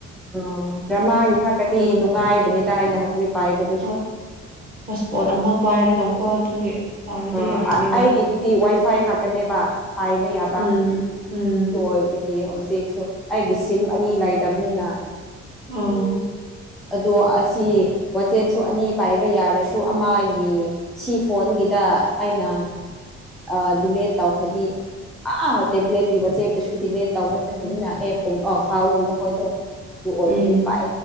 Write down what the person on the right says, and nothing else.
ꯍꯣꯏ ꯍꯣꯁꯄꯣꯠ ꯑꯃ ꯄꯥꯏꯔꯒ ꯀꯣ ꯑꯗꯨꯒꯤ ꯇꯧꯔꯗꯤ
ꯌꯥꯔꯅꯤꯕ
ꯎꯝ ꯎꯝ
ꯎꯝ
ꯎꯝ
ꯎꯝ